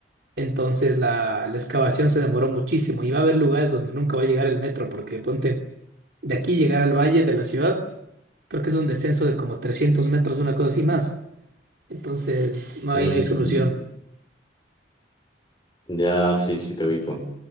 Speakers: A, on the right; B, on the left.
A: Entonces, la, la excavación se demoró muchísimo. Y va a haber lugares donde nunca va a llegar el metro. Porque ponte, de aquí llegar al valle de la ciudad, creo que es un descenso de como 300 metros, una cosa así más. Entonces, no,
B: mm,
A: ahí no hay solución.
B: ya, sí, sí, te ubico.